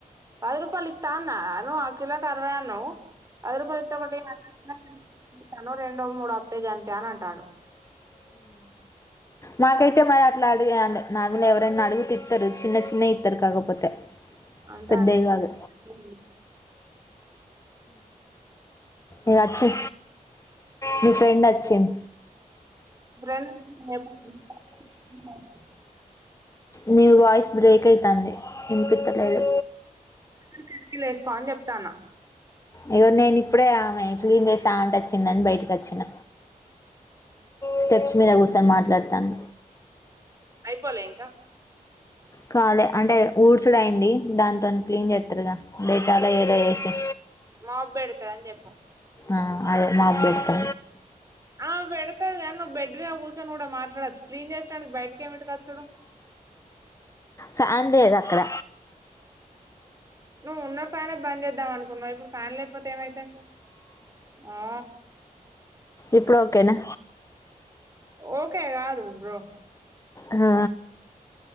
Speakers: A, on the right; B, on the left.
A: పది రూపాలితాన్నా నువ్వు అ కిలాకు ఆర్వయి అన్నావ్ పది రూపాలు ఇత్త ఒకటి ఎయిమాను ఇకాను రెండో మూడు అత్తయి గంతే అని అంటాడు
B: మాకైతే మరి అట్లా అడి నాగులు ఎవరైనా అడుగుతె ఇత్తారు చిన్న చిన్న ఇత్తారు కాకపోతే
A: అంటాన్
B: పెద్దయి కాదు
A: అ
B: ఇదచ్చి మీ ఫ్రెండ్ అచ్చిన్
A: <unintelligible>
B: మీ వాయిస్ బ్రేక్ ఐతంది వినిపితాలేదు
A: కిటీకి లేసుకో అని చెప్తాన
B: ఇగో నేను ఇప్పుడే ఆమె క్లీన్ చేసే ఆంటీ అచ్చిందని బయటకి అచ్చిన స్టెప్స్ మీద కూసోని మాట్లాడతాన్న
A: అయిపోలే ఇంకా
B: కాలే అంటే ఊడ్సుడు అయి్యంది దాతో క్లీన్ చేస్తారుగాా డేటలో ఏదో ఎసి
A: మాప్ పెడతది అని చెప్పు
B: ఆ అదే మోప్ బేడతా
A: ఆ పెడతా కాని నువ్వు బడ్ మీద కూర్చొని కూడా మాట్లాడొచ్చు క్లీన్ చేసడానికి బయటకి ఏమిట కచ్చోడు
B: ఫ్యాన్ లేదు అక్కడ
A: నువ్వు ఉన్న ఫ్యానే బంద్ చేద్దాం అనుకున్నావు ఇప్పుడు ఫ్యాన్ లేకపోతే ఏమైతే ఆ
B: ఇప్పుడు ఓకేనా
A: ఓకే కాదు బ్రో
B: ఆ